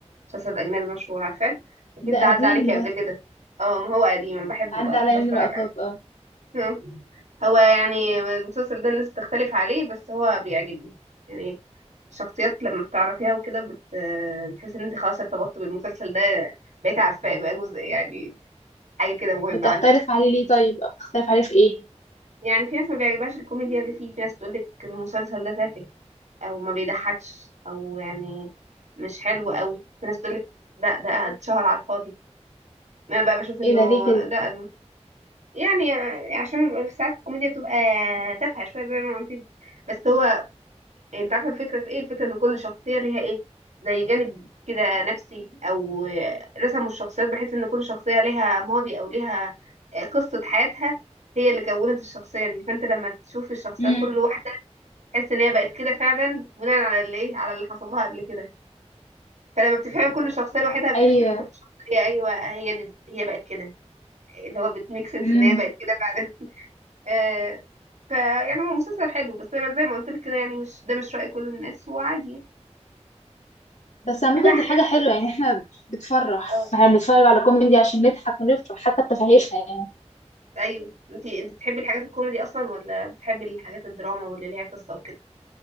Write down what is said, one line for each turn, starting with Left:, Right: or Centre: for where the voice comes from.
Right: مسلسل أجنبي مشهور عارفاه أكيد
Left: ده
Right: ده
Left: قديم
Right: عدى عليكي
Left: ده
Right: قبل كده اه ما هو قديم أنا بحبه
Left: عدى
Right: بقى بحب
Left: عليا من
Right: أتفرج
Left: لقطات
Right: عليه
Left: اه
Right: آه. هو يعني المسلسل ده الناس بتختلف عليه بس هو بيعجبني يعني الشخصيات لما بتعرفيها وكده بت... آه، بتحس إن أنت خلاص ارتبطت بالمسلسل ده بقيت عارفاه بقى جزء يعني حاجة كده مهمة
Left: بتختلف
Right: عندك
Left: عليه ليه طيب بتختلف عليه في ايه
Right: يعني في ناس ما بيعجبهاش الكوميديا اللي فيه في ناس بتقولك المسلسل ده تافه او ما بيضحكش او يعني مش حلو قوي في ناس بتقولك لا ده اتشهر على الفاضي انا بقى بشوف انه
Left: ايه ده ليه
Right: لا
Left: كده
Right: يعني عشان ساعات الكوميديا بتبقى تافهه شويه زي ما قلت لك. بس هو انت عارفه الفكره في ايه الفكره ان كل شخصيه ليها ايه زي جانب كده نفسي او رسموا الشخصيات بحيث ان كل شخصيه ليها ماضي او ليها قصه حياتها هي اللي كونت الشخصيه دي فانت لما تشوف الشخصيات
Left: امم
Right: كل واحده تحس ان هي بقت كده فعلا بناء على اللي ايه على اللي حصل لها قبل كده فلما بتفهمي كل شخصيه لوحدها بتحس
Left: ايوه
Right: ان كل شخصيه ايوه هي دي هي بقت كده اللي هو بتميك سنس
Left: امم
Right: ان هي بقت كده فعلا <laughs> آه فيعني هو مسلسل حلو بس انا زي ما قلت لك كده يعني مش ده مش راي كل الناس وعادي
Left: بس عامة
Right: في بقى حاجات
Left: دي حاجة حلوة يعني احنا بتفرح
Right: اه
Left: احنا بنتفرج على كوميدي عشان نضحك ونفرح حتى بتفاهيشنا يعني
Right: ايوه انت انت بتحبي الحاجات الكوميدي اصلا ولا بتحبي الحاجات الدراما واللي ليها قصه وكده